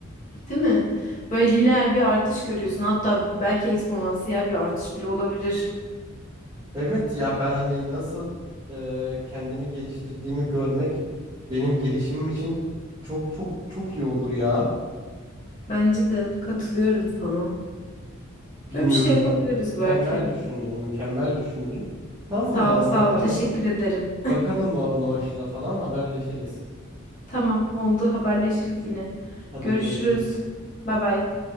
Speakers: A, on the left; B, on the right.
A: Değil mi? Böyle lineer bir artış görüyorsun. Hatta belki eksponansiyel bir artış bile olabilir.
B: Evet ya ben hani nasıl e, kendimi geliştirdiğimi görmek benim gelişimim için çok çok çok iyi olur ya.
A: Bence de katılıyorum sana.
B: Bilmiyorum
A: Böyle bir şey yapabiliriz
B: mü- mükemmel
A: belki.
B: düşündün, mükemmel düşündün. Tamam
A: Sağ
B: o zaman
A: ol, sağ
B: bakalım.
A: ol. Teşekkür ederim.
B: Bakalım o Notion'a falan haberleşiriz.
A: Tamam, oldu. Haberleşiriz yine.
B: Hadi
A: Görüşürüz.
B: görüşürüz.
A: Bay bay.